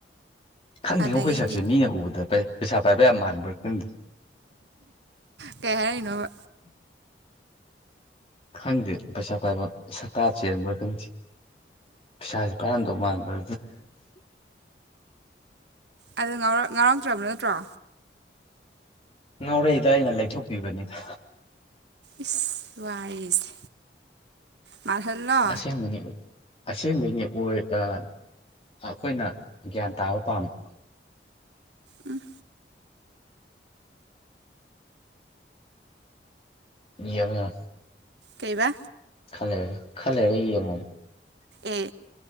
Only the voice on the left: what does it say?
ꯈꯪꯗꯦꯉꯣ
ꯈꯣꯏ ꯁꯛꯁꯦ ꯃꯤꯅ ꯎꯕꯗ ꯄꯩꯁꯥ ꯐꯥꯏꯕ ꯌꯥꯝ ꯃꯥꯟꯕ꯭ꯔꯥ ꯈꯪꯗꯦ
ꯈꯪꯗꯦ ꯄꯩꯁꯥ ꯄꯥꯏꯕ ꯁꯛꯇꯥ ꯆꯦꯟꯕ꯭ꯔꯥ ꯈꯪꯗꯦ ꯄꯩꯁꯥꯁꯦ ꯄꯥꯏꯔꯝꯗꯧ ꯃꯥꯟꯕ꯭ꯔꯥ
ꯉꯥꯎꯔꯛꯏꯗ ꯑꯩꯅ ꯂꯩꯊꯣꯛꯄꯤꯕꯅꯤꯗ
ꯑꯁꯦꯡꯕꯅꯤ ꯑꯁꯦꯡꯕꯩꯅꯦ ꯑꯣꯢ ꯑꯥ ꯑꯩꯈꯣꯏꯅ ꯒ꯭ꯌꯥꯟ ꯇꯥꯕ ꯄꯥꯝꯕ
ꯌꯦꯡꯉꯨ ꯌꯦꯡꯉꯨ
ꯈꯔ ꯂꯩꯔꯒ ꯈꯔ ꯂꯩꯔꯒ ꯌꯦꯡꯉꯣ <unintelligible>